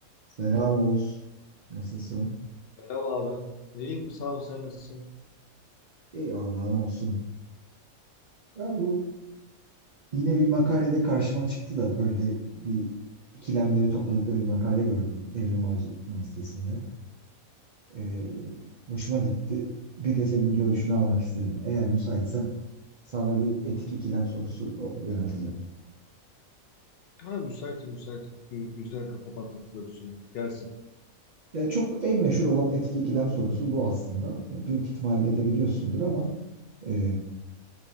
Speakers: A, on the right; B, on the left.
A: Selam Oğuz. Nasılsın?
B: Merhaba abi. İyiyim sağ ol sen nasılsın?
A: İyi vallahi ne olsun. Ya bu Yine bir makalede karşıma çıktı da böyle bir ikilemleri topladıkları bir makale gördüm Evrim Ağacı'nın sitesinde. Ee, hoşuma gitti. Bir de senin görüşünü almak istedim. Eğer müsaitsen sana bir etik ikilem sorusu o- yönelteceğim.
B: Ha müsaitim müsaitim. Gü- Güzel kafa patlatılır üstüne. Gelsin.
A: Ya çok en meşhur olan etik ikilem sorusu bu aslında. E, Büyük ihtimalle de biliyorsundur ama e,